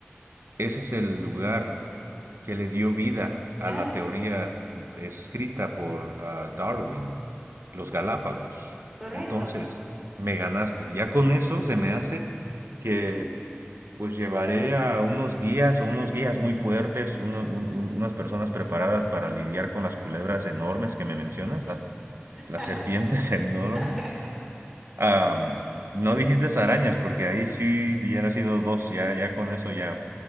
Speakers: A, on the right; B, in the centre.
A: Ese es el lugar
B: qué loco.
A: que le dio vida
B: Claro,
A: a la teoría escrita por ah, Darwin, los
B: correcto,
A: Galápagos.
B: correcto.
A: Entonces, me ganaste. Ya con eso se me hace que pues llevaré a unos guías o unos guías muy fuertes, uno- un- un- unas personas preparadas para lidiar con las culebras enormes que me mencionas, las,
B: <laughs>
A: las serpientes <laughs> enormes.
B: <laughs>
A: Am, no dijiste arañas, porque ahí sí hubiera sido dos, ya, ya con eso ya.